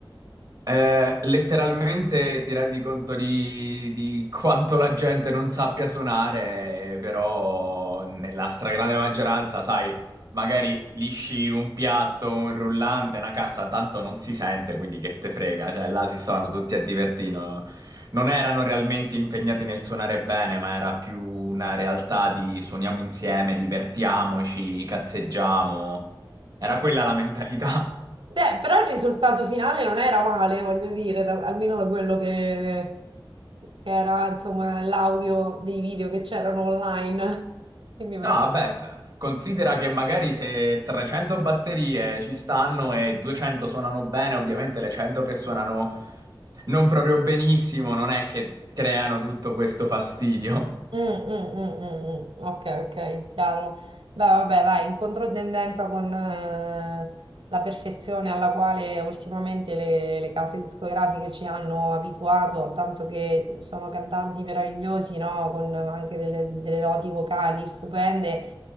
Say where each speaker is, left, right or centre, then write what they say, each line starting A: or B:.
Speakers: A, on the right; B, on the right.
A: Eh, letteralmente ti rendi conto di, di quanto la gente non sappia suonare, però nella stragrande maggioranza, sai, magari lisci un piatto, un rullante, una cassa, tanto non si sente, quindi che te frega, cioè là si stavano tutti a divertire. no? Non erano realmente impegnati nel suonare bene, ma era più una realtà di suoniamo insieme, divertiamoci, cazzeggiamo. Era quella la mentalità.
B: Beh, però il risultato finale non era male, voglio dire, da- almeno da quello che, che era, insomma, l'audio dei video che c'erano online. <laughs> Quindi
A: No, vabbè, considera che magari se 300 batterie ci stanno e 200 suonano bene, ovviamente le 100 che suonano non proprio benissimo, non è che creano tutto questo fastidio.
B: Mm, mm, mm, mm, mm. Ok, ok, chiaro. Beh, vabbè, dai, in controtendenza con eh, la perfezione alla quale ultimamente le, le case discografiche ci hanno abituato, tanto che sono cantanti meravigliosi, no? Con anche delle, delle doti vocali stupende,